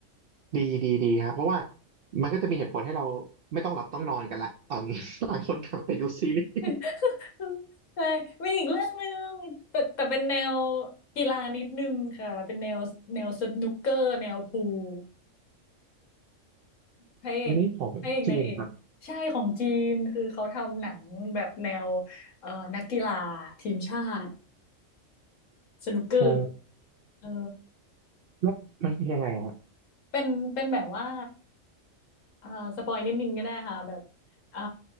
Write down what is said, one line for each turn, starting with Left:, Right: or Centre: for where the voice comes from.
Right: ดีดีดีครับเพราะว่ามันก็จะมีเหตุผลให้เราไม่ต้องหลับต้องนอนกันละตอน <laughs> นี้ <laughs> ต่างคนต่างไปดูซีรีส์
Left: <laughs> ใช่มีอีกเรื่องหนึ่งแต่แต่เป็นแนวกีฬานิดนึงค่ะเป็นแนวแนวสนุกเกอร์แนวพูลพระเอกพระเอกนางเอกใช่ของจีนคือเขาทำหนังแบบแนว
Right: อันนี้ของจีนครับ
Left: เอ่อนักกีฬาทีมชาติ สนุกเกอร์
Right: อ๋อ
Left: เออ
Right: แล้วมันเป็นยังไงฮะ
Left: เป็นเป็นแบบว่าเอ่อสปอยนิดนึงก็ได้ค่ะแบบเอ่อ